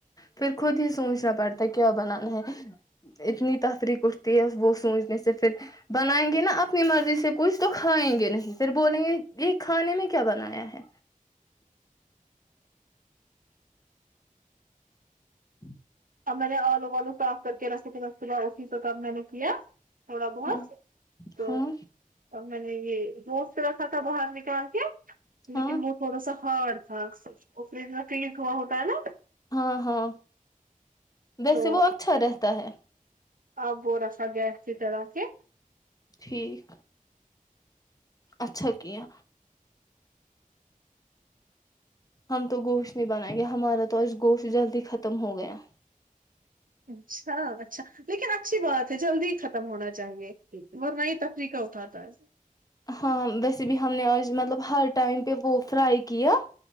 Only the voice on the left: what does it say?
پھر خود ہی سوچنا پڑتا ہے کیا بنانا ہے اتنی تفریق اٹھتی ہے وہ سوچنے سے پھر بنائیں گے نا اپنی مرضی سے کچھ تو کھائیں گے نہیں پھر بولیں گے یہ کھانے میں کیا بنایا ہے ہی
ہاں
ہاں
ہاں
ہاں ہاں ویسے
وہ اچھا رہتا ہے
ٹھیک اچھا کیا ہم تو گوشت نہیں بنائیں گے ہمارا تو آ گوشت جلدی ختم ہو گیا
ہاں ویسے بھی ہم نے آج مطلب ہر ٹائم پہ وہ فرائی کیا